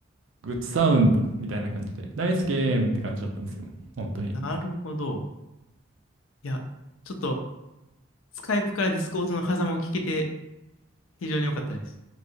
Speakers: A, on the right (about 70°); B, on the left (about 80°).
A: グッドサウンドみたいな感じで、ナイスゲームって感じだったんですよ。本当に。
B: なるほど。いや、ちょっと、スカイプからディスコードの狭間を聞けて、非常に良かったです。